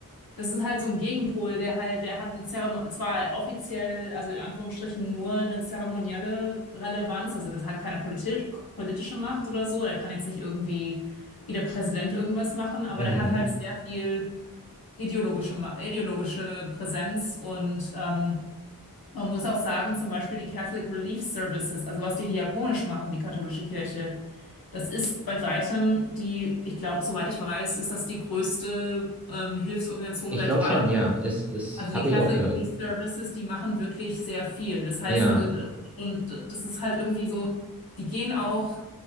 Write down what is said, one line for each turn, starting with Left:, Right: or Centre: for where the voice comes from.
Left: Das ist halt so ein Gegenpol, der halt, der hat eine Zeremonie, zwar offiziell, also in Anführungsstrichen nur eine zeremonielle Relevanz, also das hat keine politisch, politische Macht oder so, der kann jetzt nicht irgendwie wie der Präsident irgendwas machen, aber
Centre: mhm.
Left: der hat halt sehr viel ideologische, Ma- ideologische Präsenz und ähm, man muss auch sagen, zum Beispiel die Catholic Relief Services, also was die diakonisch machen, die katholische Kirche, das ist bei weitem die, ich glaube, soweit ich weiß, ist das die größte ähm, Hilfsorganisation
Centre: Ich
Left: weltweit.
Centre: glaube schon, ja. Es, es
Left: Also
Centre: habe
Left: die Catholic
Centre: ich auch gehört.
Left: Relief Services, die machen wirklich sehr viel. Das
Centre: Ja,
Left: heißt, äh, und das ist halt irgendwie so, die gehen auch